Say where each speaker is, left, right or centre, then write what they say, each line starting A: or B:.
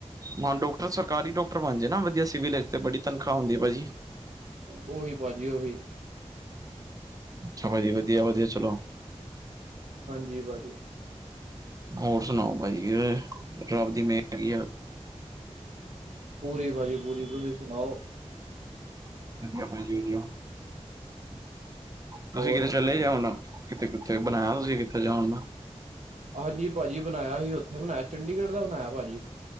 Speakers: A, on the right; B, on the right.
A: ਹਾਂ, ਡਾਕਟਰ ਸਰਕਾਰੀ ਡਾਕਟਰ ਬਣ ਜਾਏਨਾ ਵਧੀਆ ਸਿਵਲ ਤਚ ਬੜੀ ਤਨਖਾਹ ਹੁੰਦੀ ਭਾਜੀ।
B: ਉਹਹੀ ਭਾਜੀ ਉਹਹੀ
A: ਅੱਛਾ ਭਾਜੀ, ਵਧੀਆ-ਵਧੀਆ ਚਲੋ।
B: ਹਾਂਜੀ, ਭਾਜੀ।
A: ਹੋਰ ਸੁਣਾਓ ਭਾਜੀ ਕਿਵੇ? ਰੱਬ ਦੀ ਮੇਹਰ ਹੈਗੀ ਆ।
B: ਪੂਰੀ ਭਾਜੀ ਪੂਰੀ ਤੁਸੀਂ ਸੁਣਾਓ।
A: ਅਸੀ ਆਪਣੇ੍ ਜੀਉਂਦਿ ਔ। ਤੁਸੀਂ
B: ਹੋਰ
A: ਕਿਤੇ ਚਲੇ ਜਾਓ ਨਾ ਕਿਤੇ ਕਿੱਥੇ ਬਣਾਇਆ ਤੁਸੀਂ ਕਿੱਥੇ ਜਾਓ ਨਾ?
B: ਹਾਂਜੀ ਭਾਜੀ, ਬਣਾਇਆ ਸੀ ਉੱਥੇ ਬਣਾਇਆ ਚੰਡੀਗੜ੍ਹ ਦਾ ਬਇਆ ਭਾਜੀ।